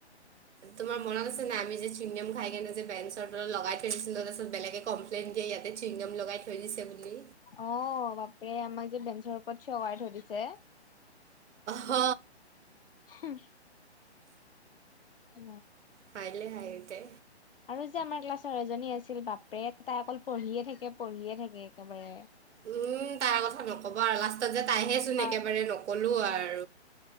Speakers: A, on the right (about 85°); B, on the left (about 55°).
A: তোমাৰ মনত আছে নাই আমি যে চুইংগম খাই কিনে যে বেঞ্চৰ তলত লগাই থৈ দিছিলো তাছত বেলেগে কমপ্লেন এ ইয়াতে চুইংগম লগাই থৈ দিছে বুলি
B: অ বাপৰে আমাক যে বেঞ্চৰ ওপৰত থিয়কাই থৈ দিছে
A: হ
B: হুম উম
A: তাইলে হাঁহি উঠে
B: আৰু যে আমাৰ ক্লাছৰ এজনী আছিল বাপৰে তাই অকল পঢ়িয়ে থাকে পঢ়িয়ে থাকে একেবাৰে
A: উম তাৰ কথা নকব আৰু লাষ্টত যে তাইহেচোন
B: টপাৰ।
A: একেবাৰে নকলো আৰু